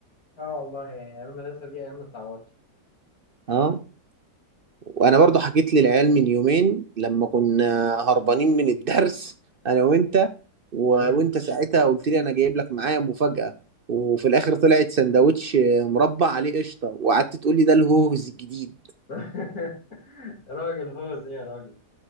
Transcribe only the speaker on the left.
اه والله يعني ايام المدرسه دي ايام ما تتعوضش
امم
<laughs> راجل هو زي يا راجل